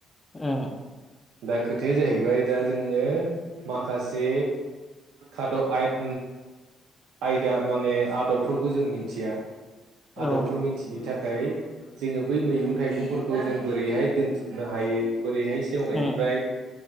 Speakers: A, on the left; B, on the right.
A: उम उम।
B: दा खोथाया जाहैबाय दा जोङो माखासे खाद' आयत आयदा माने आदबफोरखौ जों मिथिया आदबफोर
A: औ
B: मिथिनो थाखाय जोङो बै मैगं थाइगं फोर जों बोरैहाय दोनथुमनो हायो बोरैहाय सेवनायनिफ्राय
A: उम